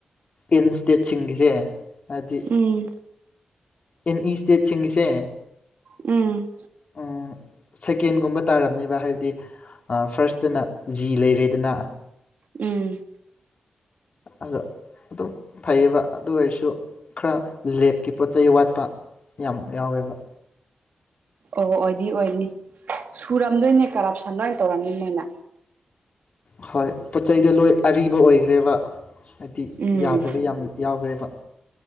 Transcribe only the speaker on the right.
ꯎꯝ
ꯎꯝ
ꯎꯝ
ꯑꯣ ꯑꯣꯏꯗꯤ ꯑꯣꯏꯅꯤ ꯁꯨꯔꯝꯗꯣꯏꯅꯦ ꯀꯔꯞꯁꯟ ꯂꯣꯏ ꯇꯧꯔꯝꯅꯤ ꯃꯣꯏꯅ
ꯎꯝ